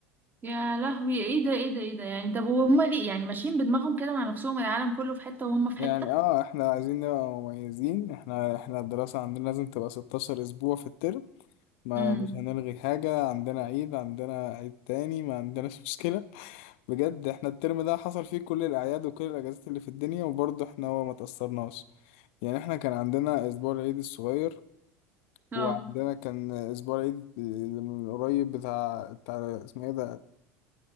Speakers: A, on the right; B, on the left.
A: يا لهوي ايه ده ايه ده ايه ده يعني طب وهما ليه يعني ماشيين بدماغهم كده مع نفسهم العالم كله في حتة وهم في
B: يعني
A: حتة
B: اه احنا عايزين نبقى مميزين احنا احنا الدراسه عندنا لازم تبقى 16 اسبوع في الترم ما
A: امم
B: مش هنلغي حاجه عندنا عيد عندنا عيد تاني ما عندناش مشكله بجد احنا الترم ده حصل فيه كل الأعياد وكل الأجازات اللي في الدنيا وبرضه احنا هو ما تأثرناش يعني احنا كان عندنا أسبوع العيد الصغير
A: اه
B: وعندنا كان أسبوع العيد اللي من قريب بتاع بتاع اسمه ايه ده